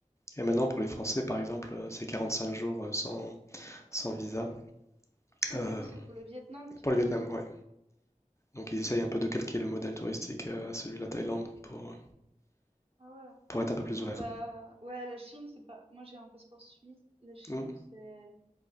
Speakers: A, on the left; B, on the right.
A: Et maintenant, pour les Français, par exemple, euh, c'est 45 jours euh, sans, sans visa.
B: ça,
A: Euh,
B: c'est où? C'est pour le Vietnam, tu
A: pour
B: dis?
A: le Vietnam, ouais. Donc ils essayent un peu de calquer le modèle touristique euh, à celui de la Thaïlande pour,
B: Ah ouais,
A: pour
B: non,
A: être
B: c'est
A: un peu plus
B: cool.
A: ouvert.
B: Bah ouais, la Chine, c'est pas. Moi, j'ai un passeport suisse. La Chine,
A: Hmm,
B: c'est.